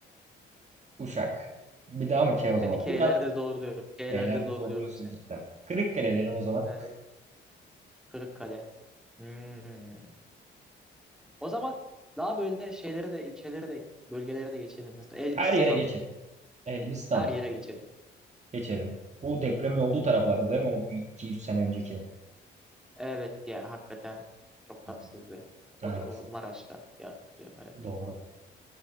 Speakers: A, on the right (about 35°); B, in the centre.
A: Uşak. Bir daha mı K o zaman?
B: Seni K'lerde
A: Bir daha
B: zorluyorum. K'lerde
A: şeylerde
B: zorluyorum
A: zorluyorsun
B: seni.
A: cidden. Kırıkkale derim o zaman.
B: Evet. Kırıkkale. Hmm. O zaman daha böyle şeylere de ilçelere de bölgelere de geçelim. Mesela Elbistan.
A: Her yere geçelim. Elbistan.
B: Her yere geçelim.
A: Geçelim.
B: Hı hı.
A: Bu depremin olduğu taraflarda değil mi? O bir 200 sene önceki. Hı
B: Evet ya hakikaten çok tatsızdı.
A: hı.
B: O
A: Evet.
B: da o Maraş'ta diye hatırlıyorum evet.
A: Doğru.